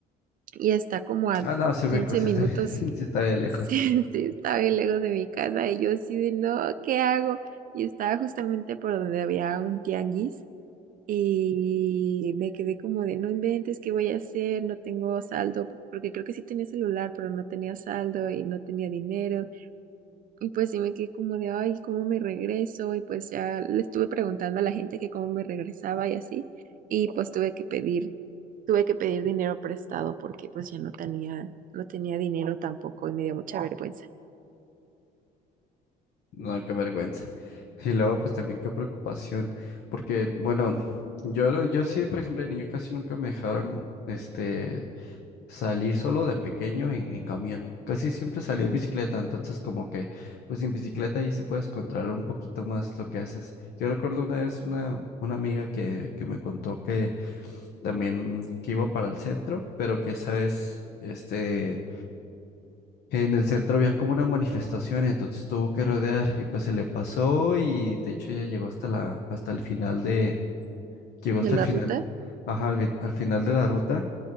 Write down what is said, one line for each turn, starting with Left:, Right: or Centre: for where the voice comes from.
Right: y está como a
Left: Ah, no, sí me
Right: 15
Left: co- sí
Right: minutos.
Left: está, <laughs> sí
Right: <laughs>
Left: está de lejos.
Right: Sí, sí, está bien lejos de mi casa y yo así de no, ¿qué hago? Y estaba justamente por donde había un tianguis y me quedé como de no inventes, ¿qué voy a hacer? No tengo saldo, porque creo que sí tenía celular, pero no tenía saldo y no tenía dinero. Y pues sí me quedé como de, ay, ¿cómo me regreso? Y pues ya le estuve preguntando a la gente que cómo me regresaba y así. Y pues tuve que pedir, tuve que pedir dinero prestado porque pues ya no tenía, no tenía dinero tampoco y me dio mucha vergüenza
Left: No, qué vergüenza. <laughs> Y luego, pues también qué preocupación, porque, bueno, yo, lo- yo sí, por ejemplo, de niño casi nunca me dejaron, este, salir solo de pequeño en, en camión. Casi siempre salí en bicicleta, entonces como que, pues en bicicleta ahí sí puedes controlar un poquito más lo que haces. Yo recuerdo una vez una, una amiga que, que me contó que también que iba para el centro, pero que esa vez, este... En el centro había como una manifestación, entonces tuvo que rodear y pues se le pasó y de hecho ella llegó hasta la, hasta el final de, llegó hasta
Right: de la
Left: el final,
Right: ruta.
Left: ajá, al, fin- al final de la ruta